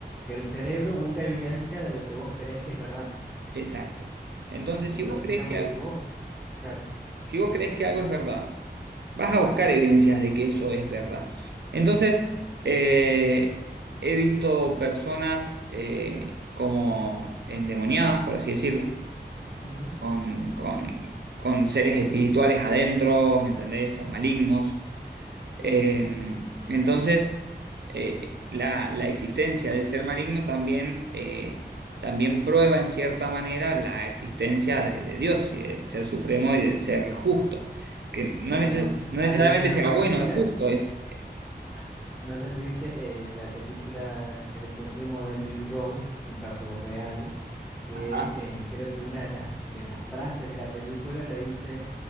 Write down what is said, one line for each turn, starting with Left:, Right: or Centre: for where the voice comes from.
Centre: que el cerebro busca evidencia de lo que vos crees que es verdad.
Right: Exacto. Entonces,
Centre: Entonces,
Right: si vos crees
Centre: digamos,
Right: que, al-
Centre: si vos, claro.
Right: si vos crees que algo es verdad, vas a buscar evidencias de que eso es verdad. Entonces, eh, he visto personas eh, como endemoniadas, por así decirlo
Centre: Ujú,
Right: con, con- con seres espirituales adentro, ¿me entendés? O malignos. Eh,
Centre: Sí.
Right: entonces, eh, la, la existencia del ser maligno también, eh, también prueba en cierta manera la existencia de, de Dios y del ser supremo y del ser justo, que no,
Centre: Bueno,
Right: neces- no
Centre: ahí
Right: necesariamente
Centre: hay una
Right: sea
Centre: película.
Right: bueno, es justo, es
Centre: Ah, No sé si viste eh, la película El exorcismo de Emily Rose, un caso real, que
Right: Ajá.
Centre: eh, creo que una de las, de las frases de la película le dice,